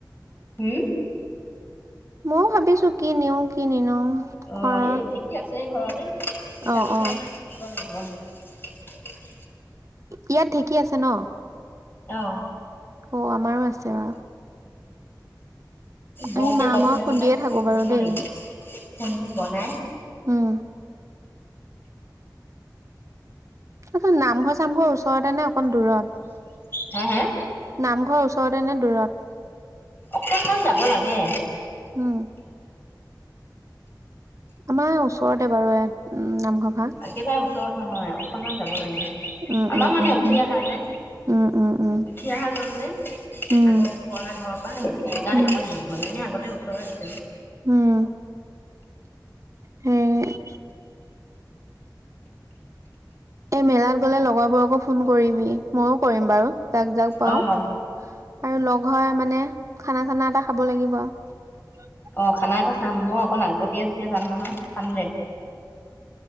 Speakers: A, on the left; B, on the right.
A: হম
B: ময়ো ভাবিছো কি নিওঁ কি নিনো
A: অ
B: ঘৰ
A: এই ঢেঁকী আছে ঘৰত পিঠা
B: অ
A: গুৰি
B: অ
A: কেইটা মান খুন্দিব লাগিব অহ
B: ইয়াত ঢেঁকী আছে ন
A: আহ
B: অ আমাৰো আছে বাৰু
A: বৌকে
B: আমি মা
A: লগ
B: মই
A: ধৰি
B: খুন্দিয়ে
A: পেলাই
B: থাকো
A: খুন্দিব
B: বাৰু দেই
A: লাগিব, খুন্দি বনায়
B: উম তত নামঘৰ চামঘৰ ওচৰতে নে অকণ দূৰত।
A: হা হা
B: নামঘৰ ওচৰতে নে দূৰত
A: অকনমান যাব লাগে
B: উম আমাৰ ওচৰতে বাৰু উম নামঘৰ ভাগ
A: একেবাৰে ওচৰত নহয় আৰু। অলপমান মান যাব লাগে
B: উম
A: আমাৰ
B: উম
A: মানে
B: উম
A: উঠি
B: উম
A: অহা যে
B: উম উম উম
A: উঠি অহা গল যে
B: উম
A: আগৰ পুৰণা ঘৰৰ পৰা সেইকাৰণে
B: উম
A: অকমান দূৰ হল নে আগত। ওচ
B: উম হে ই এই মেলাত গলে লগৰবোৰকো ফোন কৰিবি ময়ো কৰিম বাৰু। তাক যাক পাও।
A: অ',
B: আৰু লগ হৈ মানে খানা চানা এটা খাব লাগিব আৰু
A: অ খানা এটা চাম মই অকণ আগবতীয়া যেতিয়া যাম নহয় কাম যে